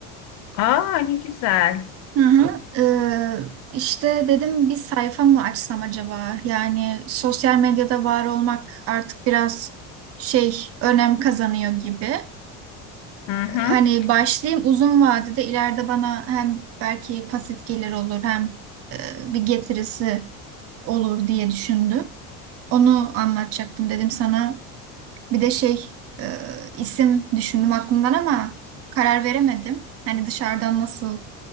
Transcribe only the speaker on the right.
Hı hı. Ee, işte dedim bir sayfa mı açsam acaba? Yani sosyal medyada var olmak artık biraz şey önem kazanıyor gibi.
Hani başlayayım uzun vadede ileride bana hem belki pasif gelir olur hem e, bir getirisi olur diye düşündüm. Onu anlatacaktım dedim sana. Bir de şey e, isim düşündüm aklımdan ama karar veremedim. Hani dışarıdan nasıl